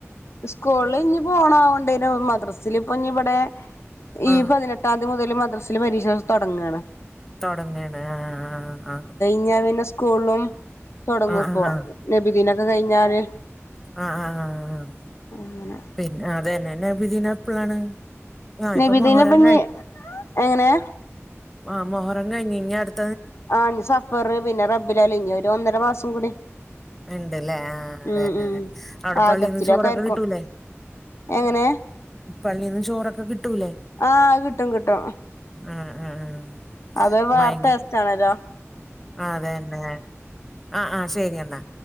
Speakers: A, on the left (about 65°); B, in the centre.
A: സ്കൂളി ഇനിപ്പോ ഓണം ഒണ്ടേലും മദ്രസില് ഇപ്പോ ഇനി ഇവടെ ഈ
B: ആ
A: പതിനെ ട്ടാം തീ മൊതല് മദ്രാസില് പരീക്ഷതൊടങ്ങാണ്
B: തൊടങ്ങയാണ് ആഹ് ആഹ് ആഹ് ആഹ് ആഹ്
A: ഞ്ഞ പിന്നെ സ്കൂൾളും തൊടങ്ങും
B: ആ
A: ഇപ്പോ
B: ആ
A: നബിദീനൊക്കെ കയിഞ്ഞാല്
B: ആഹ് ആഹ് ആഹ് ആഹ്
A: അങ്ങനെ
B: പിൻ, അതന്നെ. നബിദിനം എപ്പളാണ്? ആ
A: നബിദിനപിഞ്
B: ഇപ്പൊ മൊഹറം
A: എങ്ങനെ?
B: ആ മൊഹറം കഴിഞ്ഞു ഇഞ് അടുത്ത
A: ആ ഞ് സഫറ്, പിന്നെ റബിൽ അവ്വൽ, ഞു ഒരു ഒന്നര മാസം കൂടി
B: ഇണ്ടല്ലേ? ആഹ്, ആ അതന്നെ,
A: ഉം ഉം
B: അതന്നെ. അവിടെ
A: ആഗസ്റ്റിലൊക്കെ
B: പള്ളീന്ന് ചോറൊക്കെ
A: ആയിരിക്കും
B: കിട്ടൂലേ?
A: എങ്ങനെ?
B: പള്ളീന്ന് ചോറൊക്കെ കിട്ടൂലേ?
A: ആഹ്, കിട്ടും, കിട്ടും.
B: ആഹ് ആഹ് ആഹ്
A: അതൊരു വേറെ
B: ഭയങ്കര
A: ടാസ്കണല്ലോ
B: അതന്നെ, ആ ആ ശരി എന്നാ.